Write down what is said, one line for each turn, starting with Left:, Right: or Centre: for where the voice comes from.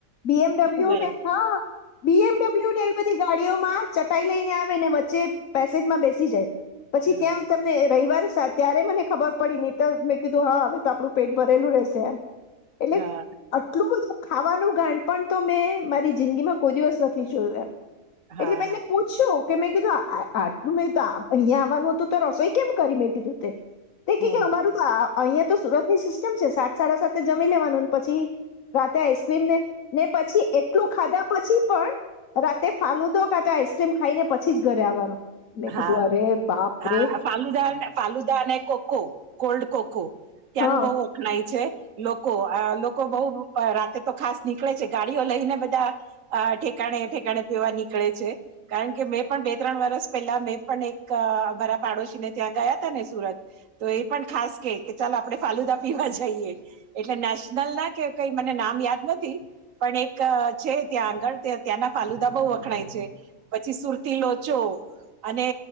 Left: બી એમ ડબલ્યુ
Right: બરાબર
Left: ને હા બી એમ ડબલ્યુ ને એવી બધી ગાડીઓમાં ચટાઈ લઈને આવે વચ્ચે પેસેજમાં બેસી જાય. પછી
Right: હા,
Left: ક્યાં તમને રવિવાર ત્યારે મને ખબર પડી ને તો મેં કીધું હા હવે તો આપડું પેટ ભરેલું રહેશે એમ. એટલે
Right: હા.
Left: આટલું બધું ખાવાનું ણપણ તો મેં મારી જિંદીમાં કોઈ દિવસ નથી જોય એમ.
Right: હા,
Left: એટલે મેંને
Right: હા.
Left: પૂછ્યું તે મેં કીધું આ આટ આટલું મે કીધું અહિયા આવવાનું હતું તો રસોઈ કેમ કરી મેં કીધું તે? તે
Right: હમ.
Left: કે કે અમારું તો આ અહીંયા તો સુરત ની સિસ્ટમ છે સાત સાડા સાતે જમી લેવાનું ને પછી રાતે આઈસક્રીમને ને પછી એટલું ખાધા પછી પણ, રાતે ફાલુદો કા તો આઈસ્ક્રીમ ખાઈને પછીજ ઘરે આવવાનું. મેં
Right: હા,
Left: કીધું અરે બાપ
Right: હા
Left: રે
Right: ફાલુદા ફાલુદા અને કોકો કોલ્ડ કોકો. ત્યાંનું
Left: હા
Right: બવ ઉખણાય છે, લોકો અ લોકો બવ રાતે તો ખાસ નીકળે છે ગાડીઓ લઈને બધા ઠેકાણે ઠેકાણે પીવા નીકળે છે, કારણ કે મેં પણ બે ત્રણ વરષ પેલા મેં પણ એકઅ મારા પાડોશી ને ત્યાં ગયા હતા ને સુરત, તો એ પણ ખાસ કેય કે ચાલો આપડે ફાલુદા પીવા જઈએ, એટલે નેશનલ ના કે કઈ મને નામ યાદ નથી, પણ એક છે ત્યાં આગળ તે ત્યાંના ફાલુદા બઉ વખણાય છે, પછી સુરતી લોચો. અને